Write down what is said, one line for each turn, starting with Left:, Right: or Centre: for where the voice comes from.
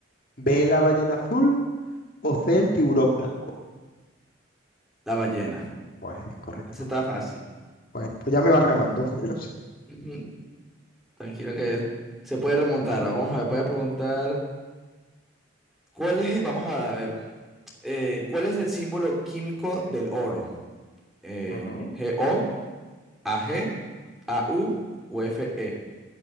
Left: B, la ballena azul o C, el tiburón blanco.
Centre: la ballena.
Left: Pues correcto.
Centre: Ese está fácil.
Left: Pues, pues ya me vas ganando. <laughs>
Centre: Ujú. Tranquilo que se puede remontar. Vamos a ver, voy a preguntar. ¿Cuál es, vamos a ver, eh, ¿cuál es el símbolo químico del oro? Eh,
Left: Ujú.
Centre: ¿GO, AG, U o FE?